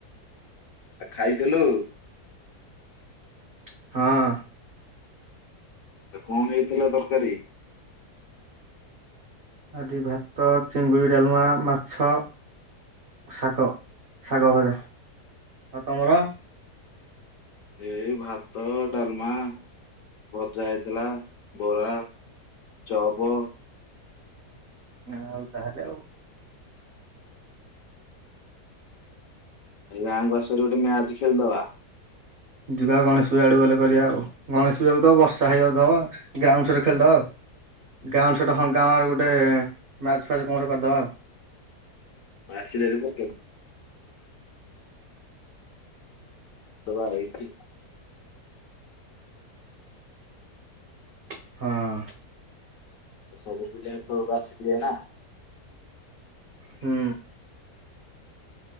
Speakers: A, on the left; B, on the right.
A: ଆ ଖାଇଥିଲୁ?
B: ହଁ।
A: ଏ କଣ ହେଇଥିଲା ତରକାରୀ?
B: ଆଜିି ଭାତ, ଚିଙ୍ଗୁଡି, ଡାଲମା, ମାଛ, ଶାଗ ଶାଗ ଭଜା ଆଉ ତମର?
A: ଏ ଭାତ, ଡାଲମା, ଭଜା ହେଇଥିଲା ବରା ଚପ୍
B: ହ ଆଉ ତାହେଲେ ଆଉ
A: ଆ ଗାଁ ଆସହାରି ଗୋଟେ ମ୍ୟାଚ ଖେଳିଦବା।
B: ଯିବା ଗଣେଶ ପୂଜା ଆଡୁ ଗଲେ କରିବା ଆଉ ଗଣେଶ ପୂଜାକୁ ତ ବର୍ଷା ହେଇଯାଉଥିବ ଆଉ ଗ୍ରାଉଣ୍ଡ ସଟ ଖେଳିଦବା ଆଉ ଗ୍ରାଉଣ୍ଡ ସ ହଙ୍କା ଗୋଟେ ମ୍ୟାଚ୍ ଫ୍ୟାଚ କଣ କରିଦବା ଆଉ।
A: ଆସିଲିହାରି ପକେଇବାକୁ। ଦବା ଏଇଠି
B: ହଁ।
A: ତ ସବୁ ପିଲା ଏତେବେଳକୁ ଆସିଥିଲେ ନା
B: ହୁଁ।